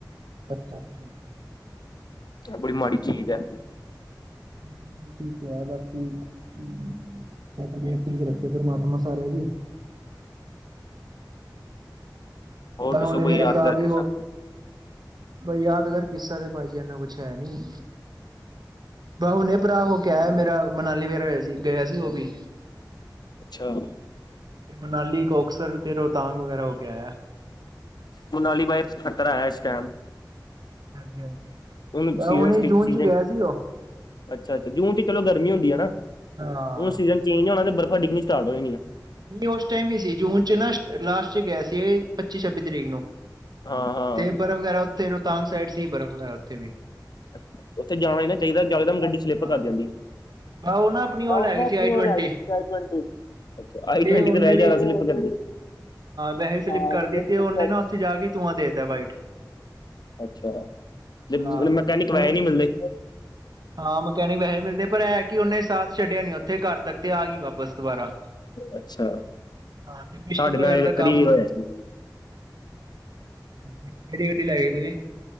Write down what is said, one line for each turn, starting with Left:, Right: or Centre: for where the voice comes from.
Right: <inaudible>
Left: ਐ ਬੜੀ ਮਾੜੀ ਚੀਜ਼ ਐ।
Right: ਹਾਂਜੀ ਮੈਂ ਠੀਕ ਐ ਬਾਕੀ ਹੂੰ, ਤਬੀਯਤ ਠੀਕ ਰੱਖੇ ਪਰਮਾਤਮਾ ਸਾਰੇਆਂ ਦੀ-
Left: ਹੋਰ
Right: ਮੈਂ ਕਿਹਾ
Left: ਦੱਸੋ
Right: ਹੁਨੇ
Left: ਕੋਈ
Right: ਮੇਰਾ
Left: ਯਾਦਗਾਰ
Right: ਭਰਾ ਵੀ
Left: ਕਿੱਸਾ
Right: ਓ ਯਾਦਗਾਰ ਕਿੱਸਾ ਤੇ ਭਾਜੀ ਐਨਾ ਕੁਛ ਹੈ ਨੀ- ਬਾ ਹੁਣੇ ਭਰਾ ਹੋ ਕੇ ਆਯਾ ਮੇਰਾ, ਮਨਾਲੀ ਵੇਰਾਰਾ ਹੋਇਆ ਸੀ ਗਿਆ ਸੀ ਉਹ ਵੀ-
Left: ਅਛਾ-
Right: ਤੇ ਮਨਾਲੀ ਕੌਕਸਰ ਤੇ ਰੋਹਤਾਂਗ ਵਗੈਰਾ ਹੋ ਕੇ ਆਇਆ।
Left: ਮਨਾਲੀ ਬਾਈ ਖ਼ਤਰਾ ਐਂ, ਇਸ ਟਾਇਮ।
Right: ਹਾਂਜੀ ਹਾਂਜੀ।
Left: ਉਹਨੂੰ ਸੀਜ਼ਨ
Right: ਹੁਣੇ ਜੂਨ ਚ ਗਿਆ
Left: <unintelligible>
Right: ਸੀ ਉਹ
Left: ਅੱਛਾ ਅੱਛਾ, ਜੂਨ ਚ ਚਲੋ ਗਰਮੀ ਹੁੰਦੀ ਆ ਨਾ ਹੁਨ
Right: ਹਾਂ।
Left: ਸੀਜ਼ਨ ਚੇਂਜ ਹੋਣਾ ਤੇ ਬਰਫ਼ਾਂ ਡਿੱਗਣੀ ਸਾਰਟ ਹੋ ਜਾਣੀ ਆ।
Right: ਨਈ ਉਸ ਟਾਈਮ ਵੀ ਸੀ ਜੂਨ ਚ ਨਾ ਲਾਸਟ ਚ ਗਿਆ ਸੀ ਪੱਚੀ ਛੱਬੀ ਤਰੀਕ ਨੂੰ।
Left: ਹਾਂ- ਹਾਂ-
Right: ਤੇ ਬਰਫ਼ ਵਗ਼ੈਰਾ ਉਤੇ ਰੋਹਤਾਂਗ ਸਾਈਡ ਸੀਂ, ਬਰਫ਼ ਵਗ਼ੈਰਾ ਉੱਥੇ ਵੀ
Left: ਅ ਉੱਥੇ ਜਾਣਾ ਨੀ ਨਾ ਚਾਹੀਦਾ <unintelligible> ਗੱਡੀ ਸਲਿੱਪ
Right: ਹਾਂ
Left: ਕਰ ਜਾਂਦੀ ਆ। <inaudible>
Right: ਬ ਉਹ ਨਾ ਆਪਣੀ ਉਹ ਲੈ ਗਏ ਸੀ ਆਈ ਟਵੰਟੀ ਤੇ ਉਹਨੇ ਵੀ
Left: ਹਾਂ। <unintelligible>
Right: ਵੈਸੇ ਸਲਿਪ ਕਰਦੀ ਤੇ ਉਹਨੇ ਨਾ ਉੱਥੇ ਜਾ ਕੇ ਧੂੰਆਂ ਦੇਤਾ ਵਾਈਟ
Left: ਅੱਛਾ, ਤੇ
Right: ਹਾਂ
Left: ਮਕੈਨਿਕ
Right: ਤੇ
Left: ਵੈਸੇ ਨੀਂ ਮਿਲ਼ਦੇ।
Right: ਹਾਂ ਮਕੈਨਿਕ ਵੈਸੇ ਨੀ ਮਿਲਦੇ, ਪਰ ਇਹ ਕਿ ਉਹਨੇ ਸਾਥ ਛੱਡਿਆ ਨੀ ਉਥੇ, ਘਰ ਤੱਕ ਤੇ ਆ ਗਈ ਵਾਪਸ ਦੁਬਾਰਾ।
Left: ਅੱਛਾ,
Right: ਹਾਂ ਤੇ ਪਿਸਟਨ
Left: ਸਾਡੇ
Right: ਵਗੈਰਾ
Left: ਨਾਲ
Right: ਦਾ
Left: ਇੱਕ
Right: ਕੰਮ
Left: ਵਾਰੀ ਹੋਇਆ ਸੀ।
Right: ਕਿਹੜੀ ਗੱਡੀ ਲੈ ਗਈ ਤੁਸੀ-